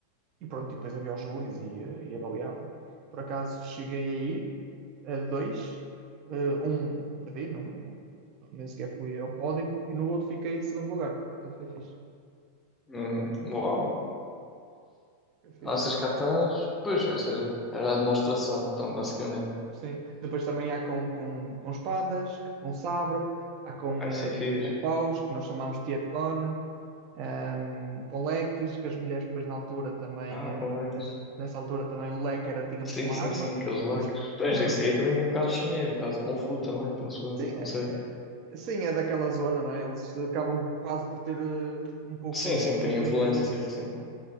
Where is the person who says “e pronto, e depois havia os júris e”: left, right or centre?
Right